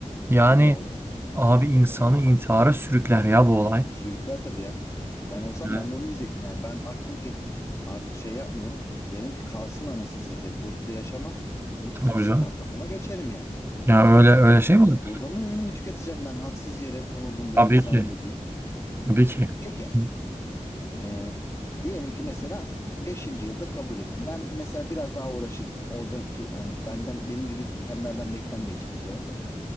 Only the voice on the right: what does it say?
Yani
abi insanı
intihara sürükler ya bu olay.
Evet.
Tabii
canım.
Ya öyle öyle şey
mi
olur?
Tabii
ki.
Tabii ki.
Hı.